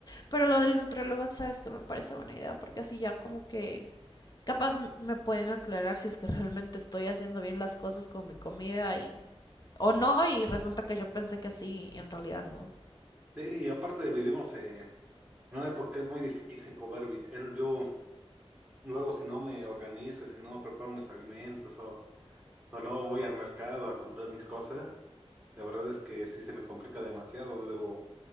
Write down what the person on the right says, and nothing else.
Sí, y aparte vivimos en No, eh, porque es muy difícil comer bien. Yo luego si no me organizo, si no preparo mis alimentos o, o no voy al mercado a comprar mis cosas, la verdad es que sí se me complica demasiado. Luego,